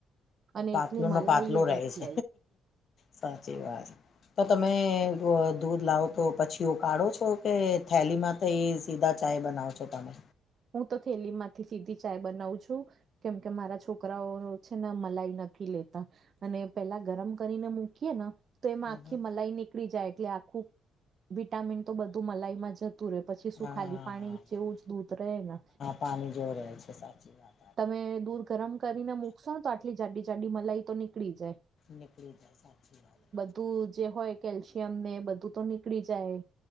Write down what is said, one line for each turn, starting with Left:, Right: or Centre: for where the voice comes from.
Right: અને
Left: પાતલું
Right: એટલી મલાઈ
Left: નુ પાતલું
Right: એ
Left: રહે
Right: નથી
Left: છે
Right: આઈ.
Left: સાચી વાત. તો તમે દૂ દૂધ લાવો તો પછી ઉકાળો છો કે થેલીમાં થી એ સીધા ચાય બનાવ છો તમે?
Right: હું તો થેલી માંથી સીધી ચાય બનાવ છું. કેમ કે મારા છોકરાઓ છે ને મલાઈ નથી લેતા. અને પેલા ગરમ કરીને મૂકીએ ને તો એમાં
Left: હમ
Right: આખી મલાઈ નીકળી જાય એટલે આખું વિટામિન તો બધું મલાઈમાં જ તુરે પછી શું
Left: હા
Right: ખાલી પાણી જેવું જ દૂધ તો રહે ના
Left: પાણી જો રહે છે સાચી વાત
Right: તમે દૂધ ગરમ કરીને મૂકશો તો આટલી જાડી જાડી મલાઈ તો નીકળી જાય
Left: નિકળી જાય સાચી વાત છે.
Right: દુધ જે હોય કેલ્શિયમ ને બધું તો નીકળી જાય